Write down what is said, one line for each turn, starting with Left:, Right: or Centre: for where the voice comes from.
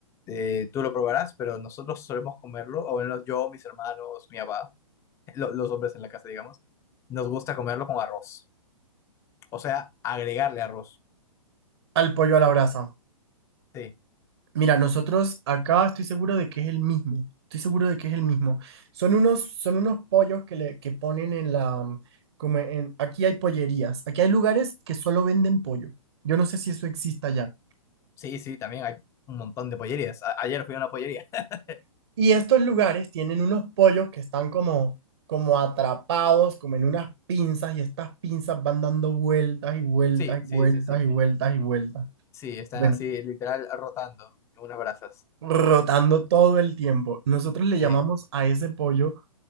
Left: eh, tú lo probarás, pero nosotros solemos comerlo, o bueno, yo, mis hermanos, mi papá, lo- los hombres en la casa, digamos, nos gusta comerlo con arroz. O sea, agregarle arroz.
Right: Al pollo a la brasa.
Left: Sí.
Right: Mira, nosotros acá estoy seguro de que es el mismo. Estoy seguro de que es el mismo. Son unos, son unos pollos que le que ponen en la, mm, como en, aquí hay pollerías. Aquí hay lugares que solo venden pollo. Yo no sé si eso exista ya.
Left: Sí, sí, también hay un montón de pollerías. A- ayer fui a una pollería. <laughs>
Right: Y estos lugares tienen unos pollos que están como, como atrapados, como en unas pinzas, y estas pinzas van dando vueltas y vueltas
Left: Sí,
Right: y
Left: sí,
Right: vueltas
Left: sí, sí.
Right: y vueltas y vueltas.
Left: Sí, están
Right: Bueno.
Left: así literal rotando en unas brasas.
Right: rotando todo el tiempo. Nosotros le llamamos
Left: Sí.
Right: a ese pollo